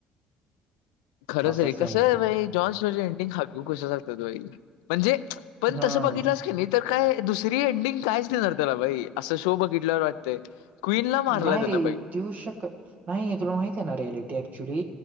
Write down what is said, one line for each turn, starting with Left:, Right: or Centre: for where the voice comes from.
Left: खरंतरी
Right: असा सीन
Left: कसं
Right: तो.
Left: आहे बा जॉन्स एंडिंग हाब कसं लागत त म्हणजे. पण
Right: हम्म.
Left: तसं बघितलास कणी तर काय दुसर त्री एंडिंग कायच देणार त्याला बाई असं शो बघितल्यावर वाटतंय क्वीनला मारला
Right: नाही
Left: त्यानं
Right: रे
Left: बाई
Right: देऊ शक नाही तुला माहित आहे ना रियालिटी ऍक्च्युली